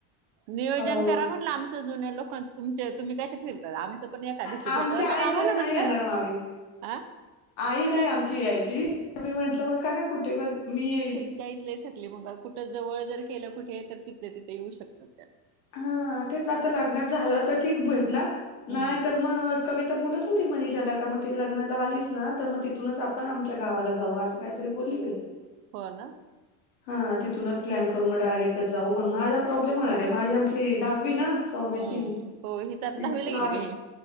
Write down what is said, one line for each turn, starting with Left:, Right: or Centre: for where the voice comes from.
Right: नियोजन
Left: अं,
Right: करा म्हटलं आमचं जुन्या लोकांचं. तुमचे तुम्ही कसे फिरतात, आमचं पण एका दिवशी
Left: आमची
Right: भेटवा
Left: आई
Right: ना ग आम्हाला
Left: तर नाही
Right: म्हणलं.
Left: येणार मामी
Right: आ
Left: आई नाही आमची यायची, मग मी म्हंटलं मग करा कुठे पण मी येईन.
Right: आमची आई लय थकली आहे बाबा कुठ जवळ जर केलं कुठे तर तिथल्या तिथ येऊ शकतात त्या.
Left: हा तेच आता लग्नात झालं तर ठीक भेटन
Right: हम्म
Left: नाहीतर म कविता बोलत होती मनिषाला का मग ती लग्नाला आलीस ना तर मग तिथूनच आपण आमच्या गावाला जाऊ असं. काय तर बोली बाई.
Right: हो ना.
Left: हा तिथूनच प्लॅन करू मग डायरेक्टचं जाऊ पण माझा प्रॉब्लेम होणार आहे. माझी आमची दहावी ना सौम्याची
Right: हम्म हो हिच आता
Left: तिची
Right: दहावीला
Left: क्लास
Right: गेली का ही